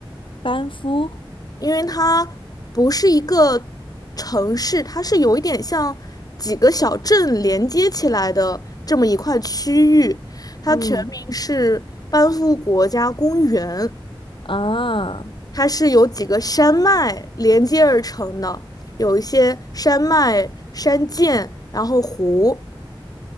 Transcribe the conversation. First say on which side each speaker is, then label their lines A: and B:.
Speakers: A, on the left; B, on the left.
A: 班夫，
B: 因为它不是一个城市，它是有一点像几个小镇连接起来的这么一块区域，它全名是班夫国家公园，
A: 嗯啊。
B: 它是由几个山脉连接而成的。有一些山脉、山涧，然后湖。